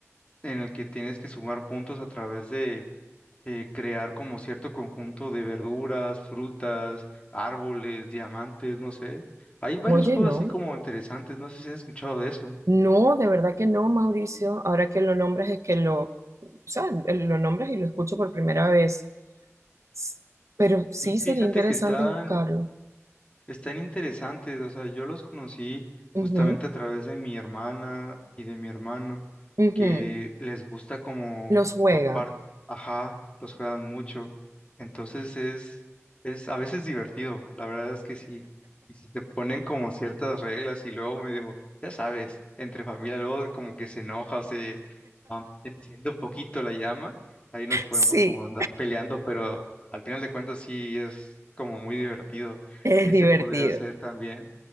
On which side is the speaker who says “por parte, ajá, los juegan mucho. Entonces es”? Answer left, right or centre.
Left